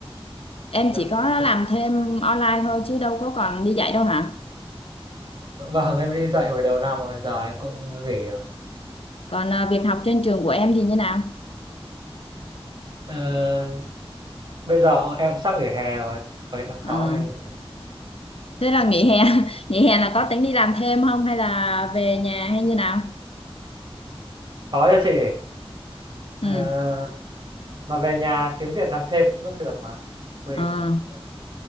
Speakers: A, on the left (about 70°); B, on the right (about 50°).
A: em
B: dạ.
A: chỉ có
B: Chị-
A: làm thêm online thôi chứ đâu có còn đi dạy đâu hả
B: Vâng, em đi dạy hồi đầu năm rồi, giờ em cũng nghỉ rồi.
A: còn ờ, việc học trên trường của em thì như nào
B: Ờ, bây giờ em cũng sắp nghỉ hè rồi, cuối tháng 6
A: Ờ,
B: em nghỉ.
A: thế là nghỉ hè <laughs> nghỉ hè là có tính đi làm thêm không hay là về nhà hay như nào
B: có cho chị Ờ,
A: Ừ.
B: mà về nhà kiếm việc làm thêm cũng vẫn được mà quê
A: ờ,
B: chắc cũng vẫn